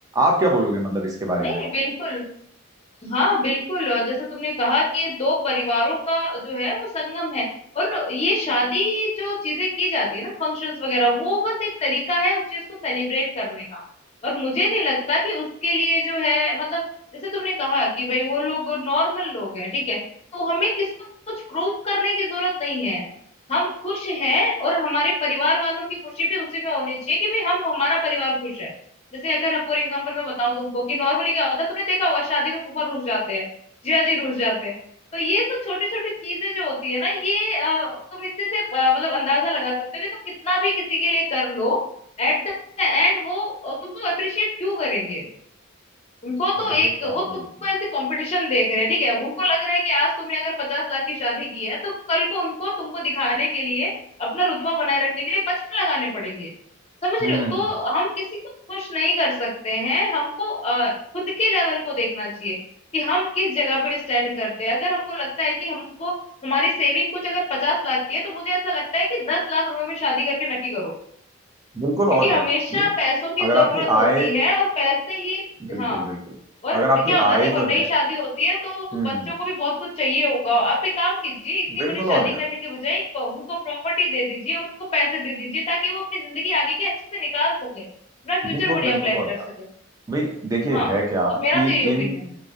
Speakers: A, on the right (about 15°); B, on the left (about 30°).
A: आप क्या बोलोगे मतलब इसके बारे
B: नहीं
A: में
B: नहीं बिल्कुल हाँ बिल्कुल और जैसे तुमने कहा कि ये दो परिवारों का जो है वो संगम है और ये शादी जो चीजें की जाती है ना फंक्शंस वगैरह वो बस एक तरीका है उस चीज को सेलिब्रेट करने का और मुझे नहीं लगता कि उसके लिए जो है मतलब जैसे तुमने कहा कि भाई वो लोग नॉर्मल लोग हैं ठीक है तो हमें किसको कुछ प्रूव करने की जरूरत नहीं है हम खुश हैं और हमारे परिवार वालों की खुशी भी उसी में होनी चाहिए कि भाई हम हमारा परिवार खुश है जैसे अगर फॉर एग्जाम्पल मैं बताऊं तुमको कि नॉर्मली क्या होता है तुमने देखा होगा शादी में फूफा रुस जाते हैं जिया जी रुस जाते हैं तो ये सब छोटी छोटी चीजें जो होती है ना ये अ, तुम इससे से अ, मतलब अंदाजा लगा सकते हो कि तुम कितना भी किसी के लिए कर लो एट द एंड वो अ, तुमको अप्रिशिएट क्यों करेंगे उनको
A: वो
B: तो
A: तो
B: एक
A: सही कहा आपने
B: वो तुमको
A: बिल्कुल
B: ऐसे कंपटीशन देख रहे हैं ठीक है उनको लग रहा है कि आज तुमने अगर पचास लाख की शादी की है तो कल को उनको तुमको दिखाने के लिए अपना रुतबा बनाए रखने के लिए पचपन लगाने पड़ेंगे समझ
A: हम्म
B: रहे हो तो हम किसी को खुश नहीं कर सकते हैं हमको अ, खुद के लेवल को देखना चाहिए कि हम किस जगह पे स्टैंड करते हैं अगर हमको लगता है कि हमको हमारी सेविंग कुछ अगर पचास लाख की है तो मुझे ऐसा लगता है कि दस लाख रुपए में शादी करके नक्की करो
A: बिल्कुल
B: क्योंकि
A: और क्या
B: हमेशा
A: भाई
B: पैसों की
A: अगर
B: जरूरत
A: आपकी
B: होती
A: आय
B: है और पैसे ही
A: बिल्कुल
B: हाँ
A: बिल्कुल
B: और
A: अगर आपकी
B: क्या होता
A: आय
B: है ना देखो
A: जो
B: नई
A: है
B: शादी होती है तो
A: हम्म
B: बच्चों
A: हम्म,
B: को भी बहुत कुछ चाहिए होगा आप एक काम कीजिए इतनी
A: बिल्कुल
B: बड़ी शादी
A: और क्या
B: करने के बजाय एक उनको प्रॉपर्टी दे दीजिए उनको पैसे दे दीजिए ताकि वो अपनी जिंदगी आगे की अच्छे से निकाल सके अपना फ्यूचर
A: बिल्कुल
B: बढ़िया
A: बिल्कुल
B: प्लान
A: और
B: कर
A: क्या
B: सके
A: भाई देखिए
B: हाँ
A: है क्या
B: तो मेरा
A: कि
B: तो यही ओपिनियन
A: इन
B: है